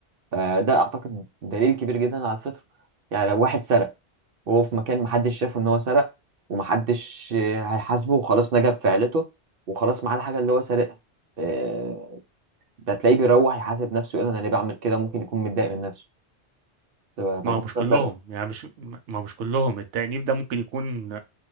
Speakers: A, on the right; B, on the right.
A: فده اعتقد دليل كبير جدا على الفطره يعني لو واحد سرق وهو في مكان محدش شافه ان هو سرق ومحدش آه، هيحاسبه وخلاص نجا بفعلته وخلاص معاه الحاجة اللي هو سارقها آه، هتلاقيه بيروح يحاسب نفسه يقول انا ليه بعمل كده ممكن يكون متضايق من نفسه تبقى بتذكر
B: ما هو مش كلهم
A: ده بقى.
B: يعني مش ما هو مش كلهم التأنيب ده ممكن يكون